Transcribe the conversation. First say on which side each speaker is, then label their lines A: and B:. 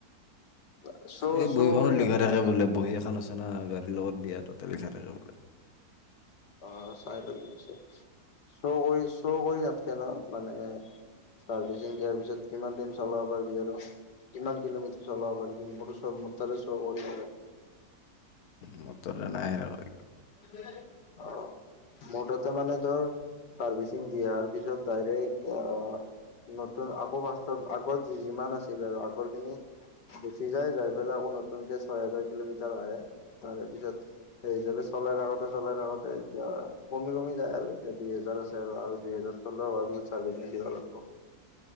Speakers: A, on the left; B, on the left.
A: চ'
B: এই
A: চ'
B: বহীখনত
A: কৰি নাথাকে
B: লিখা থাকে
A: নেকি
B: বোলে বহী এখন আছে না গাড়ীৰ লগত দিয়া তাত তাতে লিখা থাকে‌ বোলে।
A: অ' চাই লবি পিছত শ্ব‌' কৰি, শ্ব' কৰি নাথাকে ন মানে চাৰ্ভি চিং দিয়াৰ পিছত কিমান টাইম চলাব পাৰিবি আৰু কিমান কিলোমিটাৰ চলাব পাৰিবি, মোৰো শ্ব', মোৰ তাৰে অৰি <unintelligible>
B: মোৰ তাতে নাই ৰ একো
A: <unintelligible> অ', মোৰ তাতে মানে ধৰ চাৰ্ভিচিং দিয়াৰ পিছত ডাইৰেক্ট আ নতুন আকৌ ফাৰ্ষ্টত আগৰ যিমান আছিল আৰু আগৰ খিনি গুচি যায় যাই পেলাই আকৌ নতুনকে ছয় হাজাৰ কিলোমিটাৰ আহে তাৰে পিছত সেই হিচাপে চলাই থাকোতে চলাই থাকোতে এতিয়া কমি-কমি যায় আৰু এতিয়া দুই হেজাৰ আছে আৰু। আৰু দুই হেজাৰ চলো চাৰভিচিং দিবা লাগিব হ